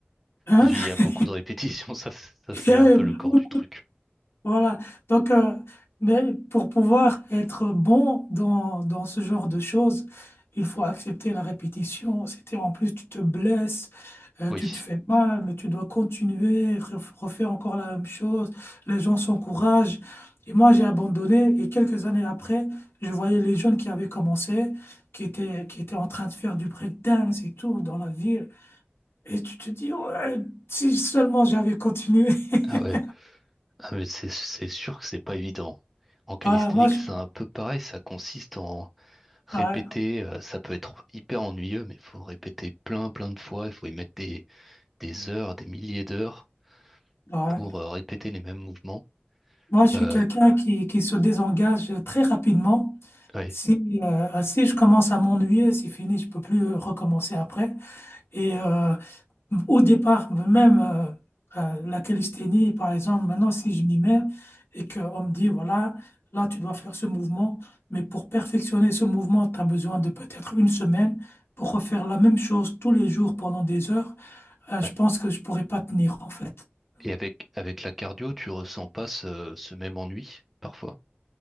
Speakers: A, on the left (about 70°); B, in the centre.
A: Hein?
B: il y a beaucoup
A: <laughs>
B: de répétitions. <laughs> Ça, c'est- ça,
A: Il
B: c'est
A: y avait
B: un peu
A: beaucoup
B: le corps du truc.
A: Voilà. Donc, euh, mais pour pouvoir être bon dans, dans ce genre de choses, il faut accepter la répétition. C'était en plus, tu te blesses, euh,
B: Oui.
A: tu te fais mal, mais tu dois continuer, ref- refaire encore la même chose. Les gens s'encouragent. Et moi, j'ai abandonné. Et quelques années après, je voyais les jeunes qui avaient commencé, qui étaient, qui étaient en train de faire du breakdance et tout dans la ville. Et tu te dis, ouais, si seulement j'avais continué.
B: Ah ouais.
A: <laughs>
B: Ah, mais c'est c'est sûr que c'est pas évident. En calisthénique,
A: Voilà, moi, je...
B: c'est un peu pareil. Ça consiste en Répéter,
A: ouais,
B: euh, ça peut être hyper ennuyeux, mais il faut répéter plein, plein de fois. Il faut y mettre des, des heures, des milliers d'heures
A: ouais.
B: pour euh, répéter les mêmes mouvements.
A: Moi, je suis
B: Euh,
A: quelqu'un qui, qui se désengage très rapidement.
B: ouais,
A: Si, euh, si je commence à m'ennuyer, c'est fini, je peux plus euh, recommencer après. Et euh, au départ, même euh, euh, la calisthénie, par exemple, maintenant, si je m'y mets et qu'on me dit, voilà, là, tu dois faire ce mouvement, mais pour perfectionner ce mouvement, tu as besoin de peut-être une semaine pour refaire la même chose tous les jours pendant des heures, euh, je
B: ouais.
A: pense que je pourrais pas tenir, en fait.
B: Et avec, avec la cardio, tu ressens pas ce, ce même ennui parfois.